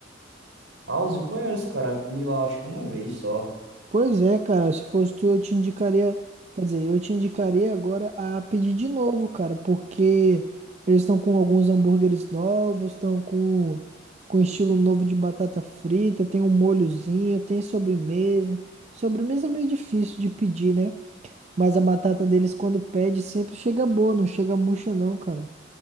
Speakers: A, on the right; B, on the right.
A: House, conheço, cara. Comi lá, acho que uma vez só.
B: Pois é, cara, se fosse tu, eu te indicaria, quer dizer, eu te indicaria agora a pedir de novo, cara, porque eles estão com alguns hambúrgueres novos, estão com com estilo novo de batata frita, tem um molhozinho, tem sobremesa. Sobremesa é meio difícil de pedir, né? Mas a batata deles quando pede sempre chega boa, não chega murcha não, cara.